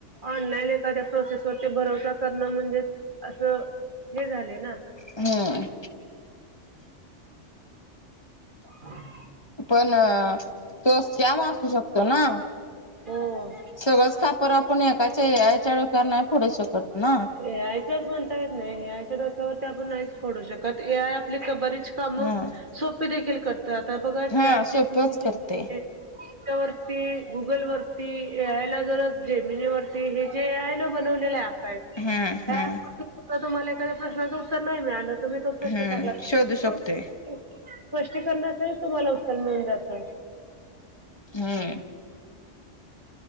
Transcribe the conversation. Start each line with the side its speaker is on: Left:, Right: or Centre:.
Right: ऑनलाईन एखाद्या प्रोसेसवररती भरोसा करणं म्हणजे असं हे झाले ना!
Left: हम!
Right: <inaudible>
Left: पण तो सक्याम असु शकतो ना!
Right: हो
Left: सगळच खापर आपण पण एकाच्या या चचाळकार नाही फोडू शकत ना.
Right: ए आयच्याच म्हणता येत नाही ए आयच्या डोक्यावरती आपण नाहीच फोडू शकतो. ए आयआपली बरीच कामं
Left: ह
Right: सोपी देखील कर तर आता बघा
Left: हा
Right: चार
Left: सोपच
Right: जीबी.
Left: करते
Right: <unintelligible> वरती गुगल वरती, ए आयला जर जेमिनी वरती, हे जे आहे ना बनवलेले ऍप.
Left: हम्म हम्म
Right: ह तुम्हाला एखाद प्रश्चं उत्तर नाही मिळालं, तुम्ही तो प्रश्न
Left: हम्म
Right: टाकला.
Left: शोधू
Right: <unintelligible>
Left: शकतोय
Right: स्पष्टीकरणासहित तुम्हाला उत्तर मिळून जात.
Left: हम्म.